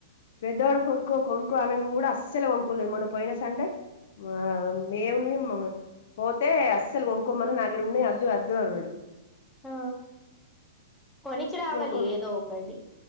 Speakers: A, on the left (about 50°); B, in the centre.
A: పెదోడు కొన్కో కొన్కో అన్నగ్ స్సలే కొన్కోలే మొన్న పోయిన సండే. మా మేముని మా పోతే అస్సలు కొంకోమన్ నాగ్గర ఉన్నాయ్, అద్దు అద్దు అన్నాడు.
B: ఆ కొనిచ్చి రావాలి
A: ఇగ ఒక
B: ఏదో ఒకటి.